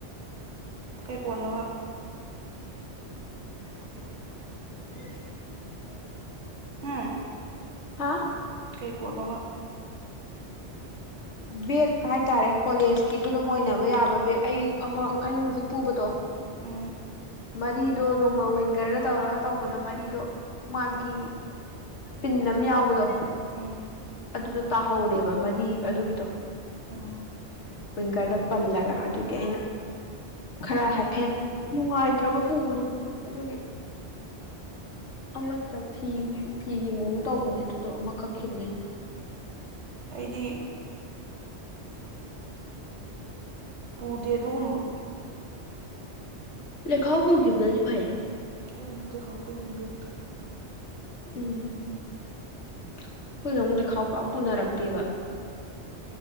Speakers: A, on the right (about 80°); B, on the left (about 80°).
A: ꯀꯩ ꯄꯣꯠꯅꫭꯕ
B: <inaudible>
A: ꯍꯥꯝ
B: ꯍꯥꯥ
A: ꯀꯩ ꯄꯣꯠꯅꯥꯕ
B: ꯕꯦꯒ ꯍꯥꯏꯇꯥꯔꯦ ꯀꯣꯂꯦꯖꯀꯤꯁꯨ ꯑꯗꯨꯝ ꯑꯣꯏꯅꯕ ꯌꯥꯕ ꯕꯦꯒ ꯑꯩ ꯑꯃꯛ ꯑꯩꯅ ꯍꯧꯖꯤꯛ ꯄꯨꯕꯗꯣ
A: ꯎꯝ
B: ꯃꯔꯤꯗꯣ ꯅꯣꯡꯃ ꯋꯤꯡꯒꯔꯗ ꯇꯧꯔꯒ ꯇꯧꯕꯗ ꯃꯔꯤꯗꯣ ꯃꯥꯒꯤ ꯄꯤꯟ ꯑꯃ ꯌꯥꯎꯕꯗꯣ
A: ꯑ
B: ꯑꯗꯨꯗꯣ ꯇꯥꯍꯧꯔꯦꯕ ꯃꯔꯤ ꯑꯗꯨꯒꯤꯗꯣ
A: ꯎꯝ
B: ꯋꯤꯡꯒꯔꯗ ꯄꯜꯂꯒ ꯑꯗꯨꯒꯤ ꯑꯩꯅ ꯈꯔ ꯍꯥꯏꯐꯦꯠ ꯅꯨꯡꯉꯥꯏꯇ꯭ꯔꯕ ꯄꯨꯕꯗꯣ ꯑꯗꯨꯒꯤ ꯑꯃꯠꯇ ꯐꯤ ꯐꯤꯒꯤ ꯃꯑꯣꯡ ꯇꯧꯕꯅꯦ ꯑꯗꯨꯗꯣ ꯑꯃ ꯀꯛꯈꯤꯕꯅꯦ ꯑꯩꯅ
A: ꯑꯩꯗꯤ ꯄꯨꯗꯦ ꯑꯗꯨꯒꯨꯝꯕ
B: ꯂꯦ ꯈꯥꯎꯕꯨꯈꯤꯕꯅꯗꯤ ꯐꯩꯌꯦ
A: ꯦꯝꯗꯤ ꯈꯗꯠꯇ
B: ꯎꯝ ꯑꯩꯈꯣꯏ ꯅ ꯑꯃꯨꯛꯗ ꯈꯥꯎ ꯄꯥꯛ ꯄꯨꯅꯔꯛꯇꯦꯕ